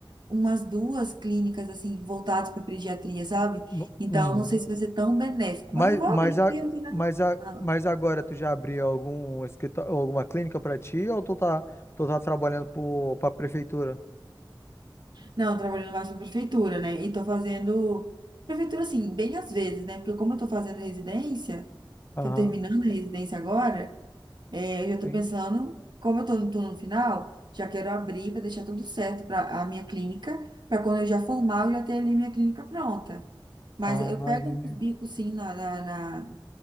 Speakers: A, on the right (about 60°); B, on the left (about 30°).
A: umas duas clínicas assim voltadas para pediatria, sabe?
B: Mu-
A: Então
B: uhum.
A: não sei se vai ser tão benéfico,
B: Mas,
A: mas eu vou
B: mas,
A: abrir porque
B: a,
A: não tem nada.
B: mas, a,
A: Ah,
B: mas agora tu já abriu algum escritório, alguma clínica para ti ou tu tá, tu tá trabalhando para a prefeitura?
A: Não, eu trabalho no baixo da prefeitura, né? E tô fazendo prefeitura assim, bem às vezes, né? Porque como eu tô fazendo residência,
B: Aham,
A: tô terminando a residência agora, é, eu já tô
B: sim.
A: pensando, como eu tô, no- tô no final, já quero abrir para deixar tudo certo para a minha clínica, para quando eu já formar, eu já ter ali minha clínica pronta. Mas
B: Ah,
A: eu pego
B: entendi.
A: uns bicos sim na, na, na